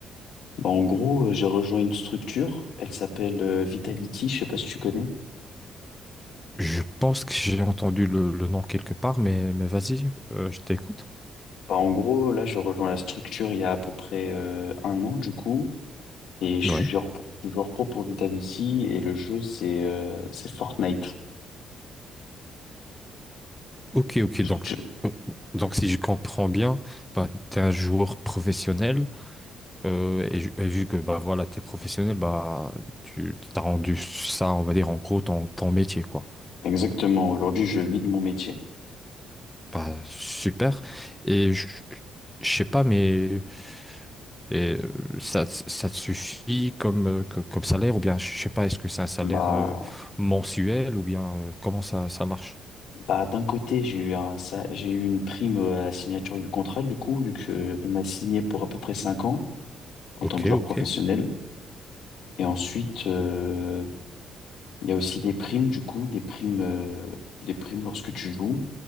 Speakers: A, on the left; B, in the centre.
A: Bah, en gros, euh, j'ai rejoint une structure, elle s'appelle euh, Vitality, je sais pas si tu connais.
B: Je pense que j'ai entendu le, le nom quelque part, mais, mais vas-y, euh, je t'écoute.
A: Bah, en gros, là, je rejoins la structure il y a à peu près euh, un an du coup, et je suis
B: Ouais.
A: joueur, pro- je suis joueur pro pour Vitality, et le jeu, c'est euh, c'est Fortnite.
B: Ok, ok.
A: Je-
B: Donc,
A: je-
B: euh, donc si je comprends bien, bah, tu es un joueur professionnel Euh, et, ju- et vu que bah voilà, t'es professionnel, bah tu t'as rendu ça, on va dire en gros ton, ton métier quoi.
A: Exactement, aujourd'hui, je vis de mon métier.
B: Bah super. Et je je sais pas, mais et, euh, ça ça te suffit comme euh, co- comme salaire ou bien je sais pas, est-ce que c'est un salaire
A: Bah,
B: euh, mensuel ou bien euh, comment ça ça marche?
A: bah, d'un côté, j'ai eu un, sa- j'ai eu une prime euh, à la signature du contrat, du coup, vu que on m'a signé pour à peu près cinq ans en
B: Ok,
A: tant que joueur
B: ok.
A: professionnel. Et ensuite, euh, Il y a aussi des primes, du coup, des primes, euh, des primes lorsque tu joues